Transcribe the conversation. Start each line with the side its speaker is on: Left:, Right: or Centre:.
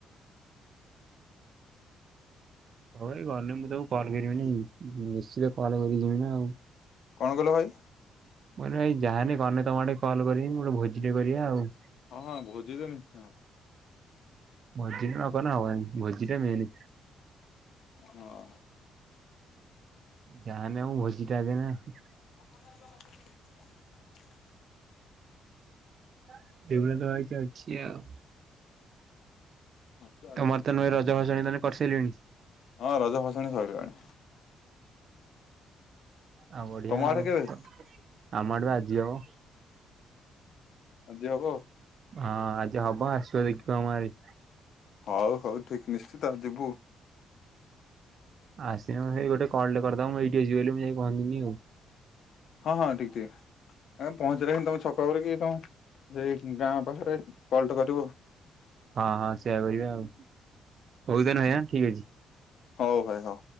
Right: ହଉ ଭାଇ ଗଲେ ମୁଁ ତମକୁ କଲ୍ କରିବିନି ମୁଁ ନିଶ୍ଚିତ କଲ୍ କରି ଯିବି ନା ଆଉ।
Left: କଣ କହିଲ ଭାଇ?
Right: ମୁଁ କହିଲି ଭାଇ ଯାହାନି ଗନେ ତମ ଆଡେ କଲ କରିବି ଗୋଟେ ଭୋଜିଟେ କରିବା ଆଉ।
Left: ହଁ ହଁ ଭୋଜି ତ ନିଶ୍ଚୟ।
Right: ଭୋଜିଟେ ନ କଲେ ହବନି। ଭୋଜିଟା ମେନ୍।
Left: ହଁ।
Right: ଯାହାନେ ମୁଁ ଭୋଜି ଟା <unintelligible>
Left: <unintelligible>
Right: <unintelligible> ଅଛିି ଆଉ।
Left: ହଁ ଚାଲୁ।
Right: ତମର ତ ନୁହେଁ ରଜ <unintelligible> ମାନେ କରି ସାଇଲେଣି?
Left: ହଁ ରଜ ଭସାଣି ସରିଲାଣି।
Right: ଆଉ ବଢିଆ
Left: ତମ ଆଡେ
Right: ଆଉ।
Left: କେବେ
Right: ଆମ ଆଡେ ବା ଆଜି ହବ।
Left: ଆଜିି ହବ ଆଉ।
Right: ହଁ ଆଜି ହବ ଆସିବ ଦେଖିବ ଆମ ଗାଁରେ?
Left: ହଉ ହଉ ଠିକ ନିଶ୍ଚିତ ଯିବୁ।
Right: ଆସିଁଲେ ସେ ଗୋଟେ କଲଟେ କରିଦବ ମୁଁ ଏଇଠି ଅଛି ବୋଲି ମୁଁ ଯାଇ ପହଞ୍ଚିଯିବି ଆଉ।
Left: ହଁ ହଁ ଠିକ୍ ଠିକ୍। ଆ ପହଞ୍ଚିଲା ହ ତମ ଛକ ପାଖରେ କି ତମ ସେଇ ଗାଁ ପାଖରେ କଲଟେ କରିବୁ।
Right: ହଁ ହଁ ସେଇୟା କରିଆ ଆଉ <unintelligible> ଠିକ ଅଛି।
Left: ହଉ ଭାଇ ହଉ।